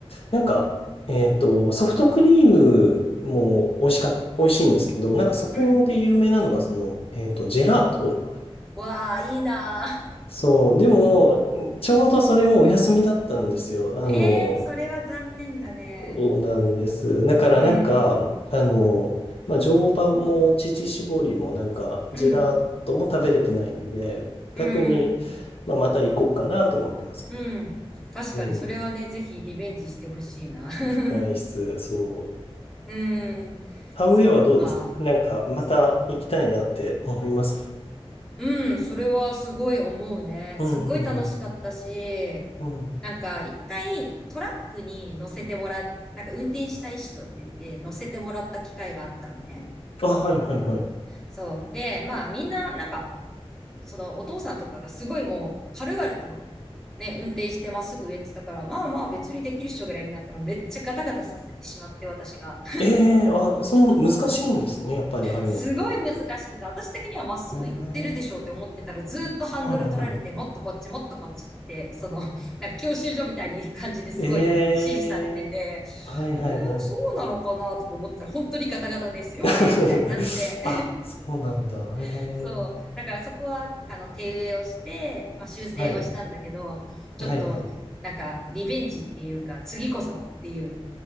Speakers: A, on the left; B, in the centre.
A: なんか、えっと、ソフトクリームも美味しか、美味しいんですけど、なんかそこで有名なのがその、
B: うん。
A: えっと、ジェラート
B: わあ、いいなあ。
A: そう、でも、ちょうどそれもお休みだったんですよ。
B: <laughs>
A: あの、
B: ええー、それは残念だね。
A: そうなんです。だからなんか、
B: うん。
A: あの、まあ、常磐も乳搾りもなんか、
B: うん。
A: ジェラートも食べれてないんで、逆に、
B: うん。
A: まあ、また行こうかなって思ってますね。
B: うん。確かに、
A: うん。
B: それはね、ぜひリベンジしてほしいな。<laughs>
A: 行きたいっす。そう。
B: うん。
A: ハウェイはどうですかなんか、
B: そっか。
A: また行きたいなって思います。
B: うん、それはすごい思うね。
A: うんうんうん。
B: すっごい楽しかったし、
A: うん。
B: なんか一回トラックに乗せてもらっ、なんか運転したい人って言って乗せてもらった機会があったのね。
A: あ、はいはいはい。
B: そう。で、まあみんななんか、そのお父さんとかがすごいもう軽々とね、運転してまっすぐ上って言ってたから、まあまあ別にできる人ぐらいになったらめっちゃガタガタさせてしまって私が。
A: ええあ、そう、難しいんですね。やっぱりああいうのって。
B: すごい難しくて、私的にはまっすぐ行ってるでしょうって思ってたら、
A: ええ
B: ずーっとハンドル取られて、
A: はいはい。
B: もっとこっち、もっとこっちって、その、<laughs> なんか教習所みたいに感じですごい指示されてて、
A: ええはいはいはい。
B: えー、そうなのかなとか思ってたら、本当にガタガタですいませんみたいになって、
A: <laughs> あ、そうなんだ。
B: <laughs>
A: ええ。
B: そう。だからそこは、あの、手植えをして、まあ、修正をしたんだけど、
A: はい。
B: ちょっと、
A: はいはい。
B: なんか、リベンジっていうか、次こそはっていう